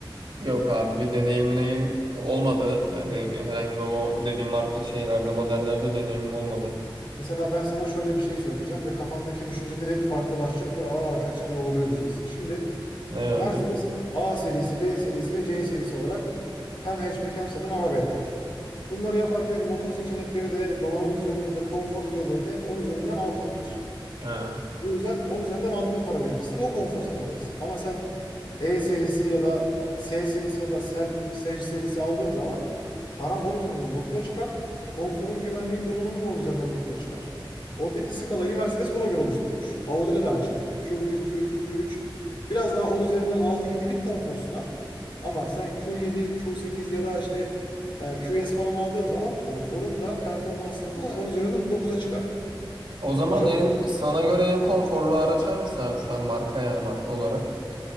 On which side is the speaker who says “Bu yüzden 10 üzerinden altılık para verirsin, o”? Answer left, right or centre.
Left